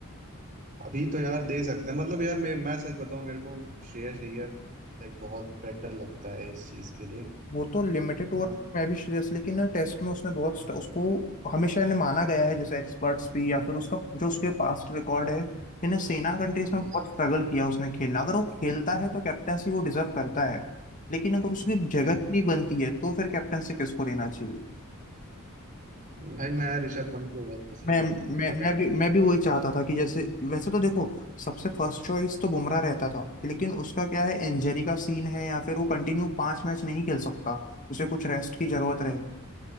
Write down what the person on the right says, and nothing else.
अभी तो यार दे सकते हैं मतलब यार मैं मैं सच बताऊं मेरे को श्रेयस अय्यर लाइक बहुत बेटर लगता है इस चीज के लिए है
ना
हम्म,
हाँ
भाई मैं ऋषभ पंत को बहुत पसंद
करता हूँ
पता
है नहीं
क्यों
हम्म,